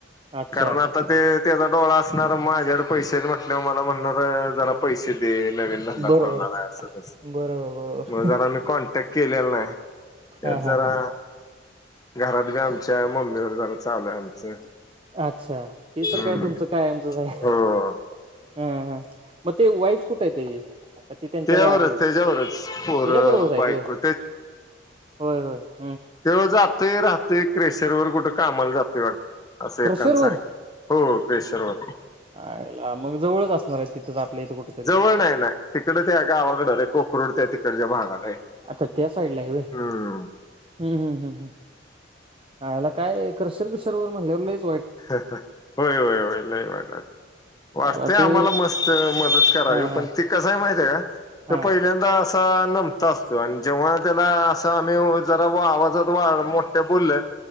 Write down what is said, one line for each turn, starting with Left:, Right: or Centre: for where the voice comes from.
Right: अच्छा
Left: कारण आता ते त्याचा डोळा असणार माझ्याकड पैसेच म्हटल्या मला म्ह णार जरा पैसे दे नवीन धंदा
Right: बरोबर
Left: खोलणार आहे अस तस
Right: बरोबर बरोबर
Left: मग जरा मी कॉन्टॅक्ट केलेलं नाही त्यात
Right: हा हा
Left: जरा
Right: हा
Left: घरात बी आमच्या मम्मीवर जरा चालूय आहे आमचं
Right: अच्छा ते तर
Left: हम्म
Right: काय तुमचं कायमचं आहे.
Left: हो
Right: हम्म हम् म ते वईफ कुठय येतजी ती त्यांच्या
Left: त्यावरच
Right: गावाकडे आहेत
Left: त्याच्यावरच पोर
Right: त्याच्या बरोबरच आहेत
Left: बायको
Right: होय होय-होय
Left: तेव जातय राहतय क्रेशर ववर कुठं कामाला जातय वाटतं असं एकाण
Right: क्रशरवर
Left: सांगितल हो क्रेशरवर
Right: आयला मग जवळच असणार आहे तिथंच आपल्या इथं कुठेतरी
Left: जवळ नाय-नाय तिकड त्या गावाकड रे कोखरूड त्या तिकडच्या भागात आहे
Right: आच्छा त्या साईड ला हवे
Left: हम्म
Right: हम्म-हम्म-हम्म- हम्म आयाला काय क्रशर बीशर वर म्हणल्याव लयच
Left: होय-होय-होय लय वाईट झालं वाटतेय
Right: आयला
Left: आम्हाला
Right: ते
Left: मस्त मदत करावी
Right: हा हा
Left: पण ती कसय माहती आहे का
Right: हा
Left: ते पहिल्यांदा नमता असतो आणि जेव्हा त्याला असं आम्ही जरा आवाजात वाढ मोठ्या बोलले